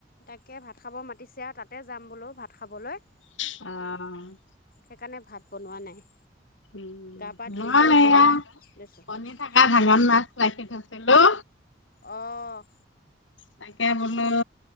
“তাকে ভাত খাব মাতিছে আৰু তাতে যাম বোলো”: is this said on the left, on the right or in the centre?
Left